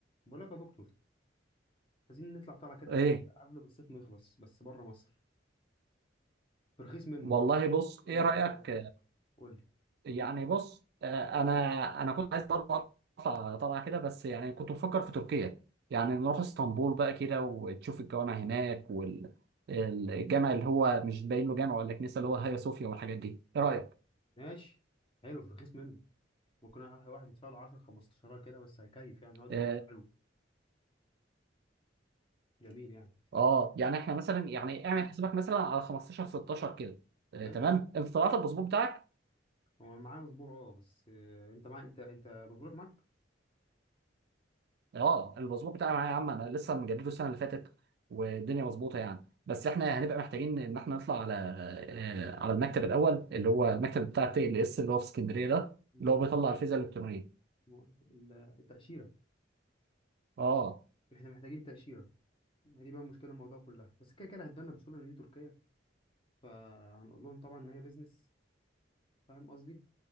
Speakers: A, on the left; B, on the right.
A: بقول لك يا دكتور عايزين نطلع طالعه كده
B: ايه
A: قبل قبل ما الصيف ما يخلص بس بره مصر في رخيص منه
B: والله
A: بقى
B: بص
A: قول
B: ايه
A: لي
B: رايك
A: اوروبا و- قول لي
B: يعني بص آه، انا انا كنت عايز برضه اطلع طلعه كده بس يعني كنت بفكر في تركيا يعني نروح اسطنبول بقى كده وتشوف الجوامع هناك والجامع اللي هو مش باين له جامع ولا كنيسه اللي هو هيا صوفيا والحاجات دي ايه رايك
A: ماشي حلو في رخيص منه ممكن واحد واحد يدفع له 10 15 كده بس هيكيف يعني يقعد له
B: اه
A: اسبوع حلو جميل يعني مش مشكله
B: آه، يعني احنا مثلا يعني اعمل حسابك مثلا على 15 16 كده آه،
A: ماشي
B: تمام انت طلعت الباسبور بتاعك
A: هو معاه مزبور اه بس آه، انت معاه انت انت مزبورك معاك
B: اه المظبوط بتاعي معايا يا عم انا لسه مجدده السنه اللي فاتت والدنيا مظبوطه يعني بس احنا يعني هنبقى محتاجين ان احنا نطلع على آه، على المكتب الاول اللي هو المكتب بتاع تي ال اس اللي هو في اسكندريه ده
A: مم.
B: اللي هو بيطلع الفيزا الالكترونيه
A: هو ال- التاشيره
B: اه
A: احنا محتاجين تاشيره ما دي بقى مشكله الموضوع كلها بس كده كده هتبان بسهوله ان دي تركيا فهنقول لهم طبعا ان هي بيزنس فاهم قصدي